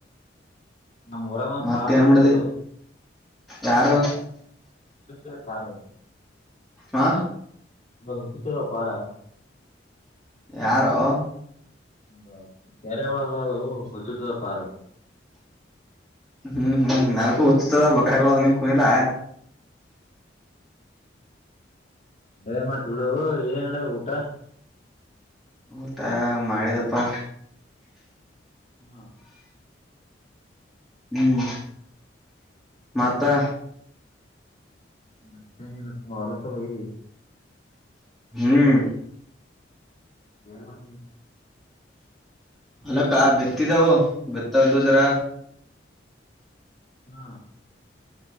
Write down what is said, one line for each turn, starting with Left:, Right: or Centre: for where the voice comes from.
Left: ನಮ್ಮ ಊರಂದ ಒಂದ
Centre: ಮತ್ತ
Left: ಪಾರ್
Centre: ಏನ್
Left: ಬಂದಿತ್ತುದು
Centre: ಮಾಡಿದಿ ಯಾರು
Left: ಸ ಪಾರ
Centre: ಹಾ
Left: ಹತ್ತುತಲ್ಲ ಪಾರಾ
Centre: ಯಾರೋ
Left: ಅದ ಕೆರೆ ಒಳದದು ಹಸ ಪಾರ
Centre: ಹ್ಮ್ ಹ್ಮ್ ನಲ್ಕು ಹಚ್ತದ ಬಕ್ರಾಗ ಅದ್ ನಿ ಕುನಿಲ್ಲ
Left: ನಡವೆ ಮಾಡ್ತಿ ಬಿಡು ಏನ್ ನಡವ ಊಟ
Centre: ಊಟಾ ಮಾಡಿದಪ್ಪ
Left: ಹ್ಮ
Centre: ಹ್ಮ್ ಮಾತಾ
Left: ನತ್ತ ನೀ ಲಕ್ಕ ಲಕ್ಕ ಹೋಗ ರ
Centre: ಹ್ಮ್
Left: ಏನ್ ಮಾಡ್ದ
Centre: ಅಲ್ಲಕ್ಕ ಬಿತ್ತಿದ್ದವು ಬೆತ್ತಾ ಇದ್ದು ಜರ
Left: ಹ್ಮ